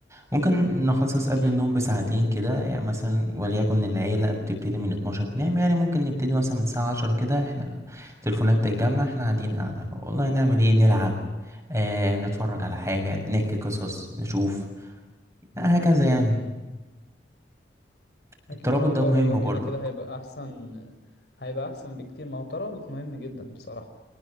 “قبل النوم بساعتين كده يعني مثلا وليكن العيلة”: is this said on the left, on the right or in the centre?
Right